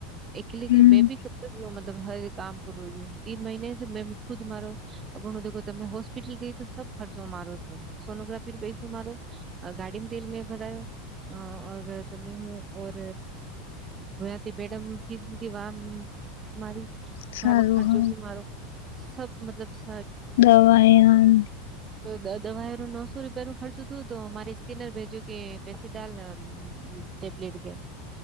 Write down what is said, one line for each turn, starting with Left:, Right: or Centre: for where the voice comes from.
Right: અકેલી
Left: હમ
Right: કલી કે મેંભી ક હ મતલબ હરે કામ કર યું તીન મહિને સે ખુદ મારો. આપ દેખો હું તમે હોસ્પિટલ ગઈ તો સબ ખર્ચો મારો થો સોનોગ્રાફી પૈસો મારો. અ ગાડીમેં તેલ મે ભરાયો. હ તમે ઓર ભયાતી મેડમ ની ફીસ લીધ વા. મારી
Left: સારું
Right: બાગો ખર્ચો
Left: હ
Right: બી મારો સબ મતલબ સ.
Left: દવાયન.
Right: તો દવા નો નોસો રૂપિયા નો ખર્ચું થુંયુ તો મારી સ્કેનર ભેજું કે પેસે ડાલ યુ. ટેબલેટ કે.